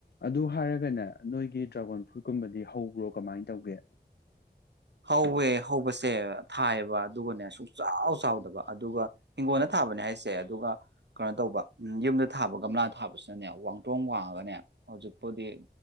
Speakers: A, on the left; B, on the right.
A: ꯑꯗꯨ ꯍꯥꯏꯔꯒꯅ ꯅꯣꯏꯒꯤ ꯗ꯭ꯔꯥꯒꯣꯟ ꯐ꯭ꯔꯨꯏꯠꯀꯨꯝꯕꯗꯤ ꯍꯧꯕ꯭ꯔꯣ ꯀꯃꯥꯏꯅ ꯇꯧꯒꯦ
B: ꯍꯧꯋꯦ ꯍꯧꯕꯁꯦ ꯊꯥꯏꯑꯕ ꯑꯗꯨꯒꯅꯦ ꯁꯨꯡꯛꯆꯥꯎ ꯆꯥꯎꯗꯕ ꯑꯗꯨꯒ ꯍꯤꯡꯒꯣꯜꯅ ꯊꯥꯕꯅꯦ ꯍꯥꯏꯁꯦ ꯑꯗꯨꯒ ꯀꯩꯅꯣ ꯇꯧꯕ ꯎ ꯌꯨꯝꯗ ꯊꯥꯕ ꯒꯝꯂꯥꯗ ꯊꯥꯕꯁꯤꯅꯅꯦ ꯋꯥꯡꯇꯣꯡ ꯋꯥꯡꯉꯒꯅꯦ ꯍꯧꯖꯤꯛꯄꯨꯗꯤ